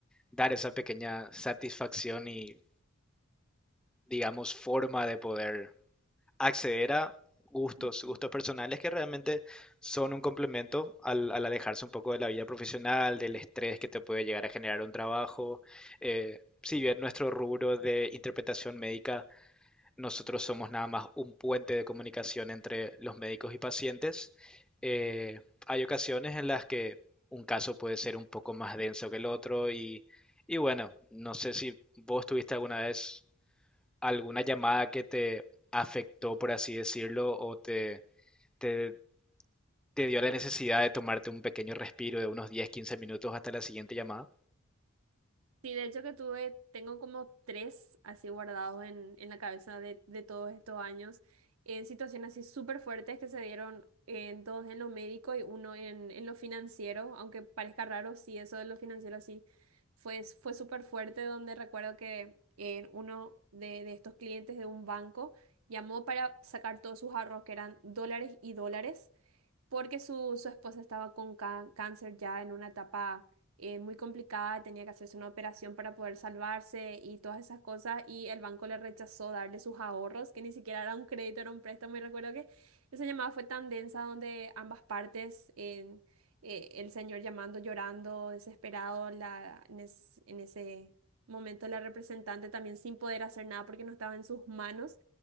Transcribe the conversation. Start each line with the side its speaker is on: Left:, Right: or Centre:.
Centre: dar esa pequeña satisfacción y digamos, forma de poder acceder a gustos,
Right: Ujú.
Centre: gustos personales que realmente son un complemento al, al alejarse un poco de la vida profesional, del estrés que te puede llegar a generar un trabajo. Eh, si bien nuestro rubro de interpretación médica, nosotros somos nada más un puente de comunicación entre los médicos y pacientes, eh, hay ocasiones en las que un caso puede ser un poco más denso que el otro y, y bueno, no sé si vos tuviste alguna vez alguna llamada que te afectó, por así decirlo, o te, te, te dio la necesidad de tomarte un pequeño respiro de unos 10 15 minutos hasta la siguiente llamada?
Right: Sí, de hecho que tuve, tengo como tres así guardados en, en la cabeza de, de todos estos años, en situaciones así súper fuertes que se dieron en dos en lo médico y uno en, en lo financiero, aunque parezca raro, sí, eso de lo financiero así fue, fue súper fuerte, donde recuerdo que eh, uno de, de estos clientes de un banco llamó para sacar todos sus ahorros, que eran dólares y dólares porque su, su esposa estaba con ca- cáncer ya en una etapa eh, muy complicada, tenía que hacerse una operación para poder salvarse y todas esas cosas, y el banco le rechazó darle sus ahorros, que ni siquiera era un crédito, era un préstamo, y recuerdo que esa llamada fue tan densa donde ambas partes, en- eh, el señor llamando, llorando, desesperado, la, en, es- en ese momento la representante también sin poder hacer nada porque no estaba en sus manos